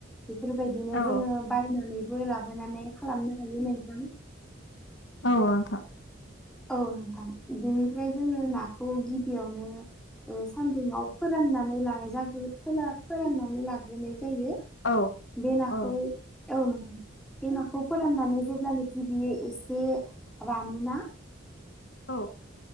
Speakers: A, in the centre; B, on the left.
A: बेफोरबायदिनो
B: औ
A: जोङो बायनानैबो लाबोनानै खालामनो हायो नोंथां।
B: औ नोंथां
A: औ नोंथां बेनिफ्राय जोङो नाखौ गिबियावनो ओ सान्दुंआव फोराननानै लानाय जाग्रोयो फोला फोराननानै लाग्रोनाय जायो।
B: औ
A: बे नाखौ
B: औ
A: औ नोंथां बे नाखौ फोराननानै जेब्लानोखि बियो एसे रानोना?
B: औ